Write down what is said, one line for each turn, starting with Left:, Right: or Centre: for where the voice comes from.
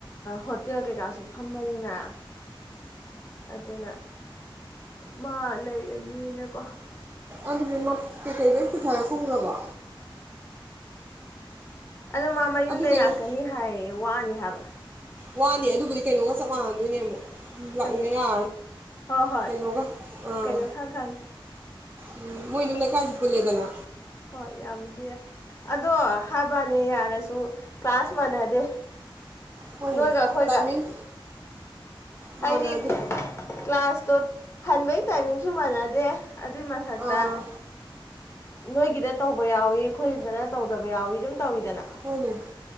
Left: ꯍꯣꯇꯦꯜ ꯀꯩꯀꯥꯁꯨ ꯐꯝꯕꯅꯤꯅ ꯑꯗꯨꯅ ꯃꯥ ꯂꯩꯔꯅꯤꯅꯀꯣ
Right: ꯑꯗꯨꯕꯤꯃ ꯀꯦꯈꯩꯩ
Left: ꯆꯠꯈ꯭ꯔꯦ
Right: ꯐꯨꯊꯔꯀꯣꯂꯕꯣ
Left: ꯑꯗꯨ ꯃꯥ ꯃꯌꯨꯝꯗꯩ
Right: ꯀꯩꯅꯣ
Left: ꯂꯥꯛꯀꯅꯤ ꯍꯥꯏꯌꯦ ꯋꯥꯅꯤ ꯊꯕ
Right: ꯋꯥꯅꯤ ꯑꯗꯨꯕꯨꯗꯤ ꯀꯩꯅꯣꯒ ꯆꯞ ꯃꯥꯟꯅꯟꯗꯣꯏꯅꯦ ꯑꯃꯨꯛ ꯃꯂꯌꯥ
Left: ꯀꯩ ꯍꯣꯏ ꯍꯣꯏ
Right: ꯀꯩꯅꯣꯒ ꯑꯥ
Left: ꯀꯩꯅꯣ ꯈꯪ ꯈꯪ
Right: ꯎꯝ ꯃꯣꯏ ꯑꯗꯨꯝ ꯂꯩꯀꯥꯏꯁꯤ ꯄꯨꯂꯦꯗꯅ
Left: ꯍꯣꯏ ꯌꯥꯕꯨꯗꯤ ꯌꯥꯏ ꯑꯗꯣ ꯍꯥꯏꯕꯅꯤ ꯌꯥꯔꯁꯨ ꯀ꯭ꯂꯥꯁ ꯃꯥꯟꯅꯗꯦ
Right: ꯍꯣꯏꯅꯦ
Left: ꯅꯣꯏꯒ ꯑꯩꯈꯣꯏꯒ
Right: ꯇꯥꯏꯃꯤꯡ ꯃꯥꯟꯅꯗꯦ
Left: ꯍꯥꯏꯗꯤ ꯀ꯭ꯂꯥꯁ ꯑꯣ ꯍꯟꯕꯩ ꯇꯥꯏꯃꯤꯡꯁꯨ ꯃꯥꯟꯅꯗꯦ ꯑꯗꯨꯏ ꯃꯊꯛꯇ
Right: ꯑꯥ
Left: ꯅꯣꯏꯒꯤꯗ ꯇꯧꯕ ꯌꯥꯎꯋꯤ ꯑꯩꯈꯣꯏꯗꯅ ꯇꯧꯗꯕ ꯌꯥꯎꯋꯤ ꯑꯗꯨꯝ ꯇꯧꯋꯤꯗꯅ
Right: ꯍꯣꯏꯅꯦ